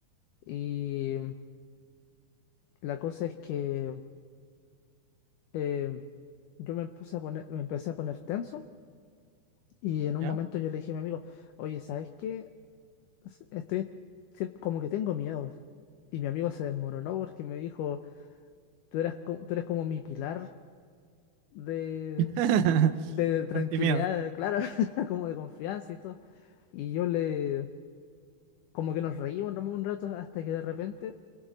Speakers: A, on the left; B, on the right.
A: Y la cosa es que eh, yo me puse a poner, me empecé a poner tenso y en un
B: ¿Ya?
A: momento yo le dije a mi amigo, oye, ¿sabes qué? S- Estoy sien- como que tengo miedos. Y mi amigo se desmoronó porque me dijo, tú eras, co- tú eres como mi pilar de,
B: <laughs>
A: de tranquilidad,
B: Antimiedo.
A: claro, <laughs> como de confianza y todo. Y yo le, Como que nos reímos nomás un rato hasta que de repente